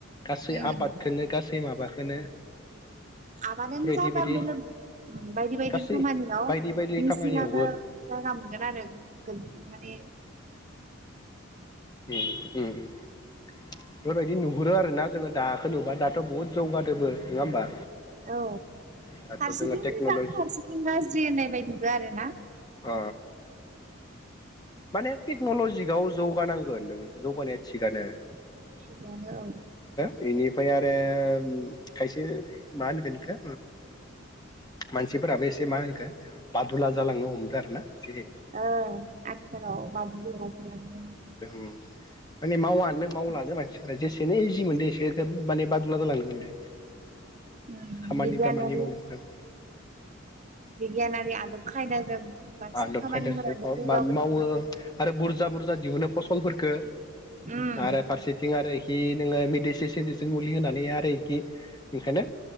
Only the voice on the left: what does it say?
गासै
आबादखौनो गासै गासै माबाखौनो
बेफोरबायदि
बायदि
गासै
बायदि बायदि
खामानियावबो
बेफोरबायदि नुहुरो आर ना जोङो दाखो नुबा दाथ' बुहुद जौगादोबो नङा होमबा।
दाथ'
जोङो टेक्न'लजि
अ। माने टेक्न'लजिआव जौगानांगोन नों जौगानाया थिगानो
एनिफ्राय आरो खायसे मा होनगोन इखौ मानसिफोराबो एसे मा होनखो बादुला जालांनो हमदों आरो ना एसे
उम माने मावानो मावलानो मान सिफोरा जेसेनो इजि मोनदों एसे माने बादुला जालांनो मोनदों
खामानि
दामानि मावनायफोराव
आदब
खायदाजों अ
बा मावो आरो बुरजा बुरजा दिहुनो फसल फोरखो
आरो फारसिथिं आरो आं कि नोङो मडिसि सिडिसिन मुलि होनानै आरो इखि ओंखायनो